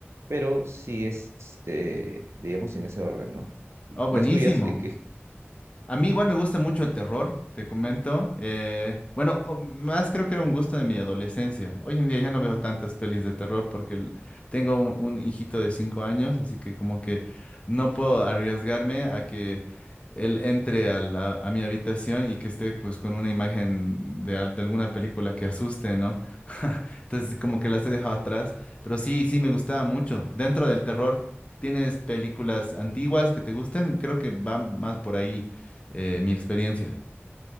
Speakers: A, on the right (about 75°); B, on the left (about 25°).
A: pero sí es, este, digamos, en ese orden, ¿no? ¿Y
B: Oh, buenísimo.
A: ¿Las tuyas? ¿En qué
B: A mí igual me gusta mucho el terror, te comento. Eh, bueno, o más creo que era un gusto de mi adolescencia. Hoy en día ya no veo tantas pelis de terror porque el- tengo un, un hijito de cinco años, así que como que no puedo arriesgarme a que él entre a, la- a mi habitación y que esté pues con una imagen de, al- de alguna película que asuste, ¿no? <laughs> Entonces como que las he dejado atrás, pero sí, sí, me gustaba mucho. Dentro del terror, ¿tienes películas antiguas que te gusten? Creo que van más por ahí. Eh, mi experiencia.